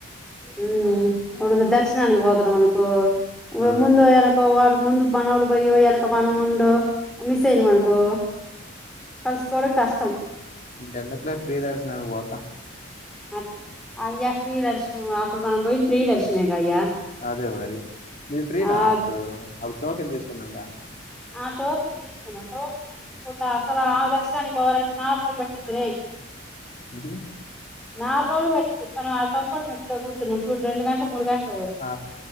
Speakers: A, in the centre; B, on the left.
A: మ్మ్ ఇప్పుడు దర్శనానికి పోతున్నామనుకో
B: ఆ
A: ముందో ఎనకో వాడు ముందుకు మనవాళ్ళు పోయో ఎనక మనం ఉండో మిస్ అయినాం అనుకో కలుసుకోవడం కష్టం
B: ఇంకెందుకులే ఫ్రీ దర్శనానికి పోత
A: అట్ అయ్యా ఫ్రీ దర్శనం అప్పుడు మనం పోయింది ఫ్రీ దర్శనమే గా అయ్యా
B: అదే మరి మీరు ఫ్రీనా
A: ఆ
B: అప్పుడు అప్పుడు టోకెన్ తీసుకున్నాంగా
A: ఆ టోకన్ తీసుకో తీసుకున్న టోకెన్ తీసుకోకుండా అసలు ఆ దర్శనానికి పోవాలి అంటే నాలుగు గంటలు పట్టిద్ధి రే
B: ఊహు
A: నాలుగు రోజులు పట్టిద్ది మనం ఆ కంపార్ట్మెంట్ లో కూర్చునాం చూడు రెండు గంటలు మూడు గంటలు
B: ఆ